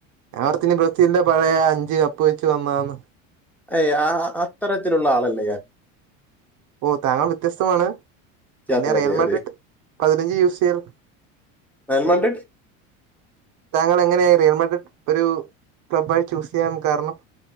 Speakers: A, on the right; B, in the centre.
A: ഞാനോർത്തിനി ബ്രസീലിന്റെ പഴയ അഞ്ച് കപ്പ് വെച്ച് വന്നതാനെ
B: ഏയ് ആ ആഹ് അത്തരത്തിലുള്ള ആളല്ല ഞാൻ.
A: ഓഹ് താങ്ക വ്യത്യസ്തമാണ് പിന്നെ
B: അതെ
A: റിയൽമട്ടട്ട്
B: അതെ അതെ
A: പതിനഞ്ച് യൂസ് ചെയ്യൽണ്ട്
B: നയമഡ്
A: താങ്കൾ എങ്ങനെയ റിയൽമഡട്ട് ഒരു ക്ലബ്ബായി ചൂസ് ചെയ്യാൻ കാരണം